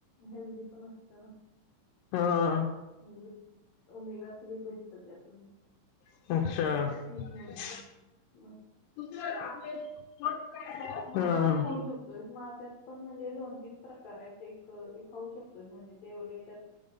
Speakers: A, on the left; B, on the left.
A: हेल्दी पण असते ना,
B: हा
A: लिमीट, ओमेगा थ्री भेटतं त्यातून.
B: अच्छा.
A: फिश मधून
B: <unintelligible>
A: मग मासे
B: हा.
A: खाऊ शकतोयस. माशात पण म्हणजे दोन तीन प्रकार आहेत. ते एक खाऊ शक म्हणजे तेवढे त्यात